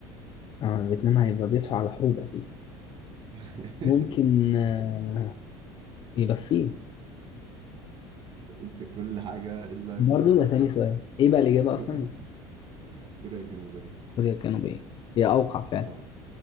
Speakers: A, on the left; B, on the right.
A: اه فيتنام هيبقى بيصحوا على حروب اكيد
B: <laughs>
A: ممكن آه يبقى الصين
B: قلت كل حاجة إلا
A: برضه
B: كوريا الجنوبية
A: ده ثاني سؤال ايه بقى الإجابة أصلا
B: <laughs> كوريا الجنوبية
A: كوريا الجنوبية هي أوقع فعلا
B: اه